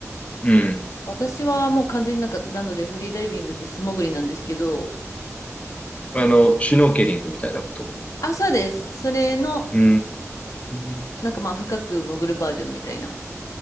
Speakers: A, on the left (about 25°); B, on the left (about 85°).
A: うん。
B: 私はもう完全になんか、なのでフリーダイビングって素潜りなんですけど、
A: あの、シュノーケリングみたいなこと。
B: 朝です。それの、
A: うーん。
B: なんかまあ、深く潜るバージョンみたいな